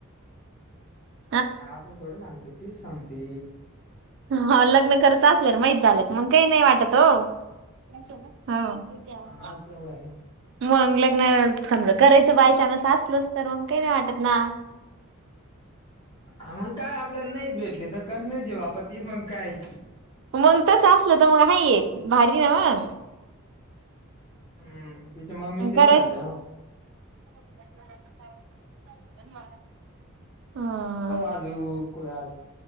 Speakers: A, on the right (about 60°); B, on the left (about 25°).
A: <inaudible>
B: आपण थोडे सांगतो, तिच सांगते.
A: हा लग्न करत असल्यावर माहीत झालं, त मग काही नाही वाटत हो हा. विचारा
B: हा तेवढा आहे
A: मग <unintelligible> समज करायच बायचान्स असलच तर, मग काही नाही वाटत ना?
B: मग काय आपल्याला नाहीच भेटले तर, करण्याची बाबत मग काय?
A: मग तसं असलं, तर मग हा ये भारी ना मग.
B: हम तिच्या मम्मी
A: मग
B: ते
A: करायच
B: नाही म्हणत्या हो.
A: <unintelligible> हा
B: हो, <unintelligible>